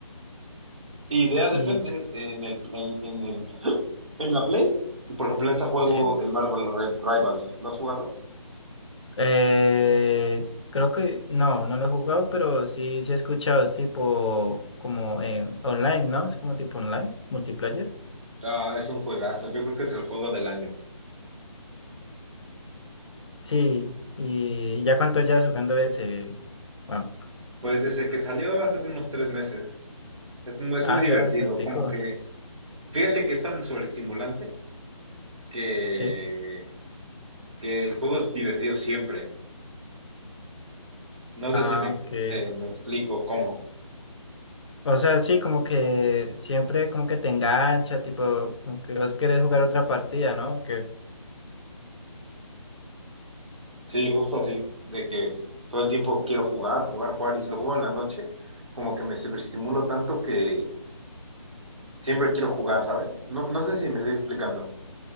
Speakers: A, on the right; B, on the left.
A: Idea depende
B: Y
A: en el, en, en el, <gasps> en la Play. Por ejemplo, ese juego,
B: sí.
A: el Marvel Ri- Rivals, ¿lo has jugado?
B: Eh, creo que no, no lo he jugado, pero sí, sí he escuchado. Es tipo como eh, online, ¿no? Es como tipo online, multiplayer.
A: Ah, es un juegazo. Yo creo que es el juego del año.
B: Sí, y ya cuánto llevas jugando ese, Juan?
A: Pues desde que salió hace unos tres meses. Es, mu- es
B: Ah,
A: muy divertido.
B: ya bastantico,
A: Como que, fíjate que es tan sobreestimulante que,
B: sí.
A: que el juego es divertido siempre. No
B: Ah,
A: sé si me, ex-
B: ok.
A: eh, me explico cómo.
B: O sea, sí, como que siempre como que te engancha, tipo, como que vos querés jugar otra partida, ¿no? Que...
A: Sí, justo así. De que todo el tiempo quiero jugar, jugar, jugar. Y si lo juego en la noche, como que me sobreestimulo tanto que siempre quiero jugar, ¿sabes? No, no sé si me estoy explicando.